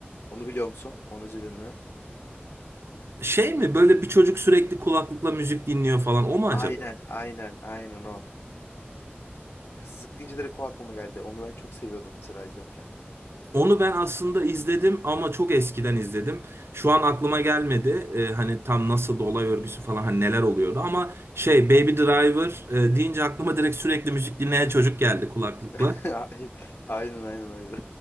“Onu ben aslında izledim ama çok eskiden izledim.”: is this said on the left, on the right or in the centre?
Right